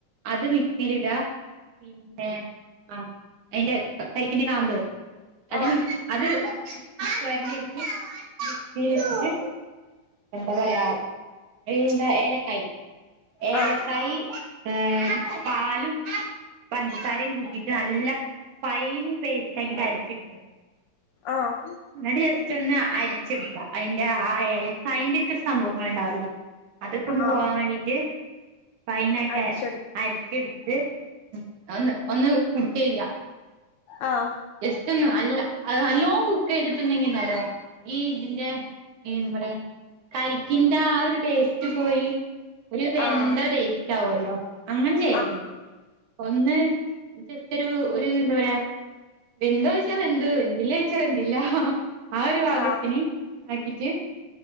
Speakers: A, on the right; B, on the left.
A: അത് മിക്സീല്ട്കാ പിന്നെ ആ അയ്ന്റെ ക കരിക്കിന്റെ കാമ്പ് അതിന്
B: ആഹ്
A: അത് ചൊരണ്ടി എടുത്ത് മിക്സീലിട്ടിട്ട് എന്താ പറയാ ഏന്താ ഏലക്കായ് ഏലക്കായ്
B: ആഹ്
A: ഏഹ് പാലും പഞ്ചസാരേം കൂട്ടീട്ട് നല്ല ഫൈൻ പേസ്റ്റ് ആക്കീട്ട് അരച്ചെട്ക്കാ.
B: ആഹ്
A: എന്നിട്ട് ജസ്റ്റ് ഒന്ന് അരിച്ചെടുക്കാം അയിന്റെ ആഹാ ഏല- അയിന്റെക്കൊര് സംഭവങ്ങൾ ഉണ്ടാവല്ലോ, അതൊക്കെ ഒന്ന്
B: ആഹ്
A: പോവാൻ വേണ്ടീട്ട്. ഫൈനാക്കിയേ
B: അടിച്ചെടുക്കും
A: അരച്ചെടുത്തിട്ട്- ഒന്ന് ഒന്ന് കുക്ക് ചെയ്യുക.
B: ആഹാ.
A: ജസ്‌റ്റൊന്ന് അല്ല, അത് നല്ലോം കുക്ക് ചെയ്തിട്ടുണ്ടെങ്കി എന്താ- അറിയോ ഈ ഇതിന്റെ- ഈന്ന് പറയാ, കരിക്കിന്റെ ആഹാ ഒരു ടേസ്റ്റ്. റ്റ് പോയി ഒരു വെന്ത
B: ആഹ്
A: ടേസ്റ്റ്- ആവോല്ലോ അങ്ങനെ ചെയ്യരുത്.
B: ആഹ് ആഹ്
A: ഒന്ന്- ജസ്‌റ്റൊരു ഒര് എന്താ പറയാ? വെന്തോ ചോദിച്ചാ, വെന്തു, വെന്തില്ലേ ചോദിച്ചാ, വെന്തില്ല. ആ ഒരു പാകത്തിന്
B: ആഹ്
A: ആക്കിട്ട്